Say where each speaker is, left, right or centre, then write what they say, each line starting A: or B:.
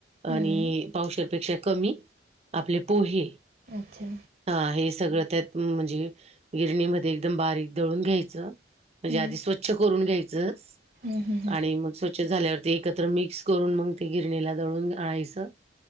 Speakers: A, on the right (about 35°); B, on the right (about 55°).
A: आणि
B: हम्म
A: पावसापेक्षा कमी आपले पोहे.
B: अच्छा
A: हा हे सगळं त्यात म्हणजे गिरणीमध्ये एकदम बारीक दळून घ्यायचं. म्हणजे
B: हम्म
A: आधी स्वच्छ करून घ्यायचं
B: हम्म हम्म हम्म.
A: आणि मग स्वच्छ झाल्यावरती एकत्र मिक्स करून मग ते गिरणीला दळून आणायचं.